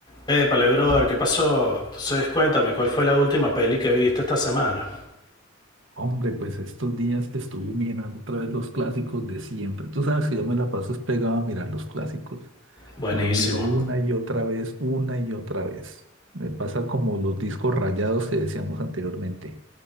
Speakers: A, on the left; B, on the right.
A: Eh, Pale brother, ¿qué pasó? Entonces cuéntame, ¿cuál fue la última peli que viste esta semana?
B: Hombre, pues estos días que estuve mirando otra vez los clásicos de siempre. Tú sabes que yo me la paso es pegado a mirar los clásicos.
A: Buenísimo.
B: Los miro una y otra vez, una y otra vez. Me pasa como los discos rayados que decíamos anteriormente.